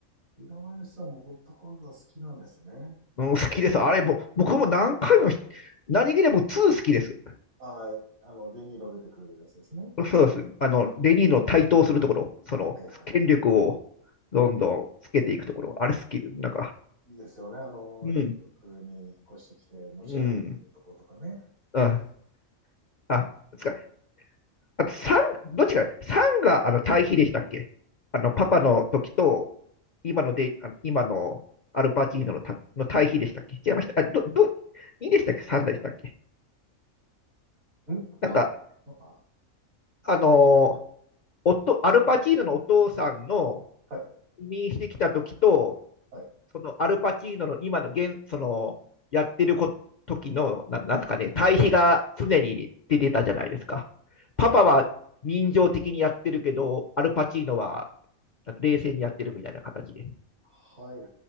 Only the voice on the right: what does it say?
平林さんもゴッドファーザー好きなんですね。
ああ、あの、デニーロ出てくるやつですね。
はいはいはい。
いいですよね、あの、
ニューヨークに引っ越してきて、のし上がってるところとかね。
んパパパパ
はい、
はい。
あ
はい。